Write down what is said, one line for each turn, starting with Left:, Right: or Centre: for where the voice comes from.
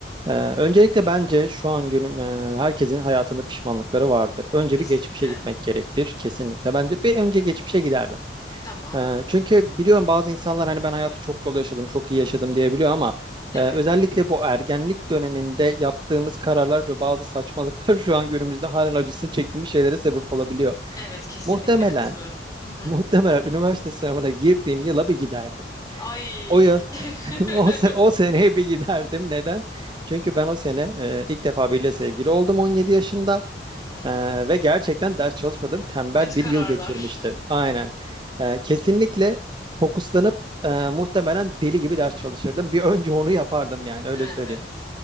Right: e, öncelikle bence şu an günüm e, herkesin hayatında pişmanlıkları vardır.
Left: <laughs>
Right: Önce
Left: Kesinlikle.
Right: bir geçmişe gitmek gerektir kesinlikle. Bence bir önce geçmişe giderdim.
Left: Tamam.
Right: E, çünkü biliyorum bazı insanlar hani ben hayatı çok dolu yaşadım, çok iyi yaşadım diyebiliyor ama
Left: Evet.
Right: e, özellikle bu ergenlik döneminde yaptığımız kararlar ve bazı saçmalıklar <laughs> şu an günümüzde halen acısını çektiğimiz şeylere sebep olabiliyor.
Left: Evet kesinlikle
Right: Muhtemelen,
Left: katılıyorum.
Right: <laughs>
Left: Hı hı.
Right: muhtemelen üniversite sınavına girdiğim yıla bir giderdim.
Left: Ay.
Right: O yıl, <laughs>
Left: <laughs>
Right: o, se- o seneye bir giderdim. Neden? Çünkü ben o sene e, ilk defa biriyle sevgili oldum 17 yaşında.
Left: Hmm,
Right: E, ve gerçekten ders çalışmadım. Tembel
Left: kötü
Right: bir
Left: kararlar.
Right: yıl geçirmiştim. Aynen. E, kesinlikle fokuslanıp e, muhtemelen deli gibi ders çalışırdım. Bir önce onu yapardım yani öyle
Left: Evet.
Right: söyleyeyim.